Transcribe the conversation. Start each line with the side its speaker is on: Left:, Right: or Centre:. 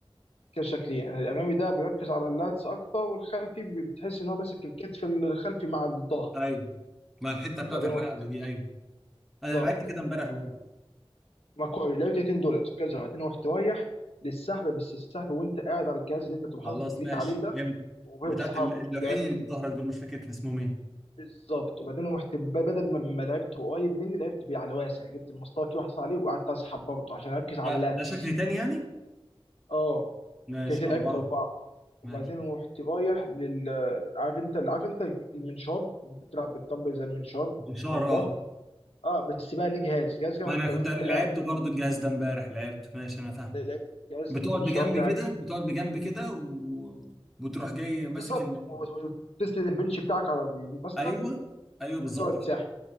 Left: كده شكلين يعني الامامي ده بيركز على اللاتس اكتر والخلفي بتحس ان هو ماسك الكتف الخلفي مع الظهر
Centre: ايوه مع الحته بتاعت
Left: وبعدين
Centre: الرقبه
Left: واحد
Centre: دي ايوه انا
Left: بالظبط
Centre: لعبت كده امبارح برضه
Left: ما كويس لعبت 200 دولار بتتكلم 201 رايح للسحب بس السحب وانت قاعد على الجهاز اللي انت بتبقى
Centre: خلاص
Left: حاطط رجليك
Centre: ماشي
Left: عليه ده
Centre: فهمت
Left: وهو
Centre: بتاعت
Left: واصحابه
Centre: ال- اللوحين
Left: لعب
Centre: اللي في ظهرك دول مش فاكر كان اسمهم ايه
Left: بالظبط وبعدين رحت ب- بدل ما ما لعبت قريب مني لعبت بيه على واسع جبت المسطره كده واحد صار عليه وقعدت اسحب برضه عشان اركز على
Centre: لا
Left: اللاتس
Centre: ده شكل تاني يعني
Left: اه
Centre: ماشي
Left: كده كده
Centre: اربعه
Left: لعبت اربعه وبعدين
Centre: ماشي
Left: رحت رايح لل عارف انت عارف انت المنشار اللي انت بتلعب بالدمبل زي المنشار
Centre: بشار
Left: بتاع الظهر
Centre: اه
Left: اه بس بقى ليه جهاز جهاز كده
Centre: ما
Left: وانت
Centre: انا
Left: وانت
Centre: كنت لعبت
Left: قاعد
Centre: برضه الجهاز ده امبارح لعبت ماشي انا فاهم
Left: لعبت الجهاز
Centre: بتقعد
Left: المنشار
Centre: بجنب
Left: ده
Centre: كده بتقعد بجنب كده و- وبتروح جاي
Left: بالظبط
Centre: ماسك ال...
Left: و- وتسند البنش بتاعك على المسند
Centre: ايوه ايوه بالظبط
Left: وتقعد
Centre: كده
Left: تساحب